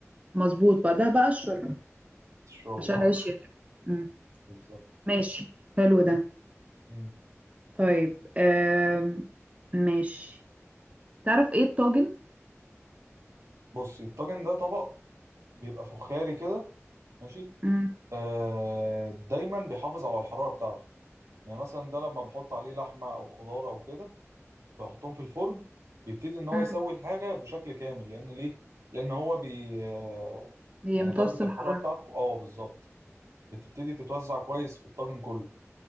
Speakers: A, on the right; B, on the right.
A: مظبوط بعدها بقى الشوربة
B: الشوربه
A: عشان العيش
B: اه
A: يطرى مم.
B: بالظبط
A: ماشي حلو ده
B: مم.
A: طيب أم... ماشي تعرف ايه الطاجن
B: بصي الطاجن ده طبق بيبقى فخاري كده ماشي
A: مم.
B: آه دايما بيحافظ على الحراره بتاعته يعني مثلا ده لما بحط عليه لحمه او خضار او كده بحطهم في الفرن بيبتدي ان هو
A: مم.
B: يسوي الحاجه بشكل كامل لان ليه لان هو بي آه،
A: بيمتص
B: يعني درجه
A: الحرارة
B: الحراره بتاعته اه بالظبط بتبتدي تتوزع كويس في الطاجن كله